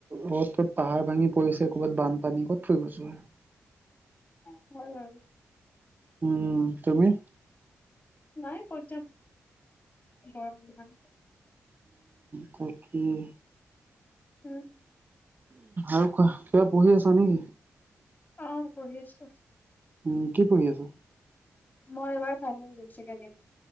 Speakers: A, on the right; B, on the left.
A: য'ত ত'ত পাহাৰ ভাঙি পৰি পৰিছে ক'ৰবাত বানপানী ক'ত ফুৰিব যোৱা।
B: হয় বাৰু
A: উম তুমি
B: নাই ক'ত যাম গৰম ইমান।
A: তাকেই
B: উম
A: আৰু কোৱা কিবা পঢ়ি আছা নেকি
B: অ' পঢ়ি আছো
A: উম কি পঢ়ি আচা
B: মই এইবাৰ ফাইনেল দিম second year